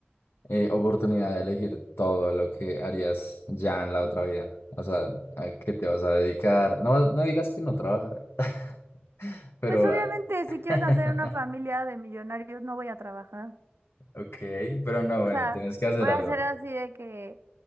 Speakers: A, on the left; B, on the right.
A: eh, oportunidad de elegir todo lo que harías ya en la otra vida? O sea, ¿a qué te vas a dedicar? No, no digas que no trabajar, <laughs> pero...
B: Pues obviamente,
A: ah,
B: si quiero
A: <laughs>
B: hacer una familia de millonarios, no voy a trabajar.
A: Ok, pero no,
B: O
A: bueno,
B: sea,
A: tienes que hacer
B: voy
A: algo.
B: a hacer así de que